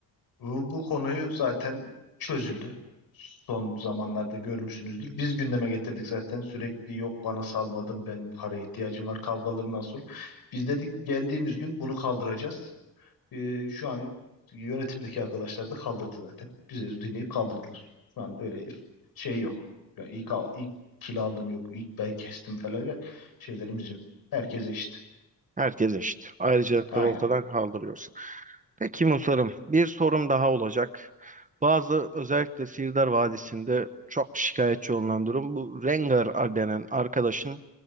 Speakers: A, on the left (about 70°); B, on the right (about 20°).
A: Bu, bu konuyu zaten çözüldü. Son zamanlarda görmüşsünüzdür. Biz gündeme getirdik zaten sürekli yok bana salmadın ben para ihtiyacım var kavgalarından sonra. Biz dedik geldiğimiz gün bunu kaldıracağız. Ee, şu an yönetimdeki arkadaşlar da kaldırdı zaten. Bizi dinleyip kaldırdılar. Şu an öyle if- şey yok. Yani ilk, al, ilk kil aldım yok, ilk bel kestim falan öyle şeylerimiz yok. Herkes eşit.
B: Herkes eşit. Ayrıcalıkları
A: Aynı.
B: ortadan kaldırıyorsun. Peki Musarım, bir sorum daha olacak. Bazı özellikle Sirdar Vadisi'nde çok şikayetçi olunan durum bu Rengar denen arkadaşın